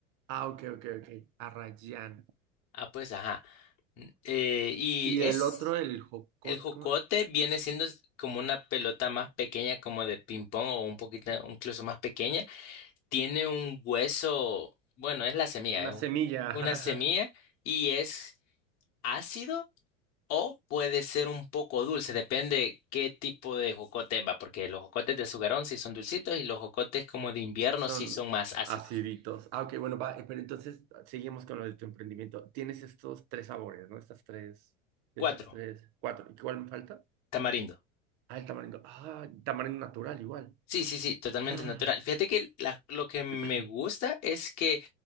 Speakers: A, on the right; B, on the left.
A: Ah, ok, ok, ok. Arrayán.
B: Ah, pues ajá. N- eh, y
A: Y
B: es
A: el otro, el jocote,
B: el jocote,
A: ¿cómo?
B: viene siendo s- como una pelota más pequeña, como de ping-pong o un poquito, incluso más pequeña. Tiene un hueso, bueno, es la semilla,
A: una
B: es
A: semilla,
B: un-
A: <laughs>
B: una
A: ajá,
B: semilla
A: ajá.
B: y es ácido. O puede ser un poco dulce, depende qué tipo de jocote va, porque los jocotes de sugarón sí son dulcitos y los jocotes como de invierno
A: Son
B: sí son más ácidos.
A: aciditos. Ah, ok, bueno, va, eh, pero entonces seguimos con lo de tu emprendimiento. Tienes estos tres sabores, ¿no? Estas tres, esos
B: Cuatro,
A: tres, cuatro. ¿Y cuál me falta?
B: Tamarindo.
A: Ah, el tamarindo. Ah, tamarindo natural igual.
B: Sí, sí, sí, totalmente
A: Ah.
B: natural. Fíjate que la- lo que me
A: <clears throat>
B: gusta es que